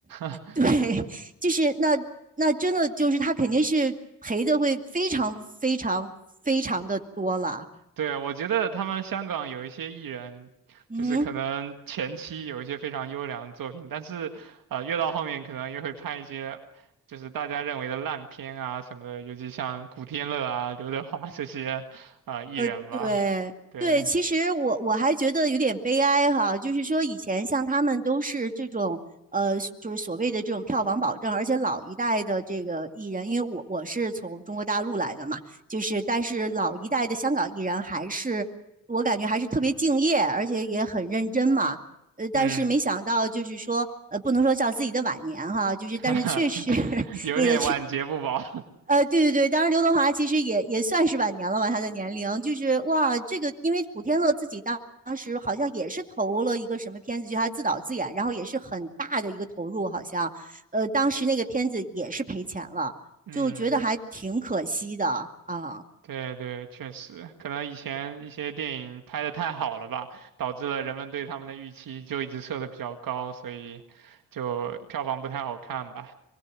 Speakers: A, on the right; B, on the right.
A: <laughs>
B: 对，<laughs> 就是那那真的就是他肯定是赔的会非常非常非常的多了，
A: 对，我觉得他们香港有一些艺人，
B: 嗯。
A: 就是可能前期有一些非常优良的作品，但是，呃，越到后面可能越会拍一些，就是大家认为的烂片啊什么的，尤其像古天乐啊、刘德华这些，呃，艺人吧。
B: 呃，对对，
A: 对，
B: 其实我我还觉得有点悲哀哈，就是说以前像他们都是这种呃，就是所谓的这种票房保证，而且老一代的这个艺人，因为我我是从中国大陆来的嘛，就是但是老一代的香港艺人还是我感觉还是特别敬业，而且也很认真嘛，呃，但是没想到就是说呃，
A: 嗯，
B: 不能说叫自己的晚年哈，就是但是确实
A: <laughs>
B: <laughs>
A: 有点晚节不保。
B: 也也呃，对对对，当然刘德华其实也也算是晚年了吧，他的年龄就是哇，这个因为古天乐自己当当时好像也是投了一个什么片子，就他自导自演，然后也是很大的一个投入，好像，呃，当时那个片子也是赔钱了，
A: <laughs> 嗯。
B: 就觉得还挺可惜的啊。
A: 对对，确实，可能以前一些电影拍的太好了吧，导致了人们对他们的预期就一直设的比较高，所以就票房不太好看吧。